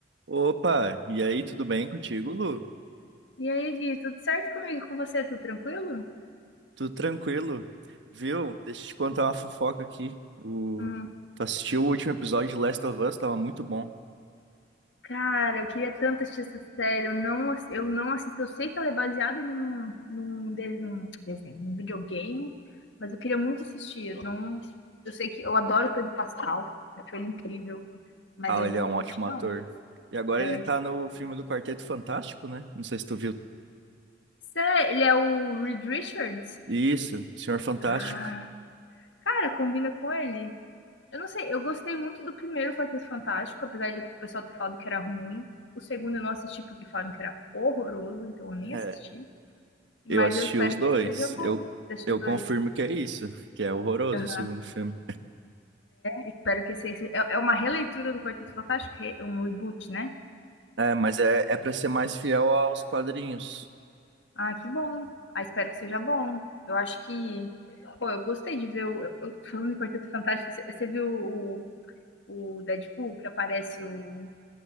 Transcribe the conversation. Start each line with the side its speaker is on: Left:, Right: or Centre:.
Right: Opa, e aí, tudo bem contigo, Lu?
Left: E aí, Gui, tudo certo comigo? Com você? Tudo tranquilo?
Right: Tudo tranquilo? Viu? Deixa eu te contar uma fofoca aqui. O...
Left: Hum,
Right: Tu assistiu o último episódio de Last of Us? Tava muito bom.
Left: cara, eu queria tanto assistir essa série. Eu não, ass- eu não assisto. Eu sei que ela é baseada num, num, de- num desenho, num videogame, mas eu queria muito assistir. Eu, não, eu sei que eu adoro o Pedro Pascal, acho ele incrível, mas
Right: Ah,
Left: eu ainda
Right: ele é
Left: não
Right: um
Left: assisti,
Right: ótimo ator.
Left: não.
Right: E agora
Left: É.
Right: ele tá no filme do Quarteto Fantástico, né? Não sei se tu viu.
Left: Cê- ele é o Reed Richards?
Right: Isso, Senhor Fantástico.
Left: Ah, cara, combina com ele. Eu não sei, eu gostei muito do primeiro Quarteto Fantástico, apesar de o pessoal ter falado que era ruim. O segundo eu não assisti porque falaram que era horroroso, então eu nem
Right: É,
Left: assisti. Mas
Right: eu assisti
Left: eu espero
Right: os
Left: que
Right: dois.
Left: esse seja bom,
Right: Eu,
Left: desses
Right: eu
Left: dois.
Right: confirmo que é isso, que é horroroso
Left: Uhum,
Right: o segundo filme.
Left: Espero que esse, é é uma releitura do Quarteto Fantástico, re- um reboot, né?
Right: É, mas é, é pra ser mais fiel aos quadrinhos.
Left: Ah, que bom. Ah, espero que seja bom. Eu acho que. Pô, eu gostei de ver o. eu- eu- falando de Quarteto Fantástico, você, você viu o, o Deadpool que aparece o,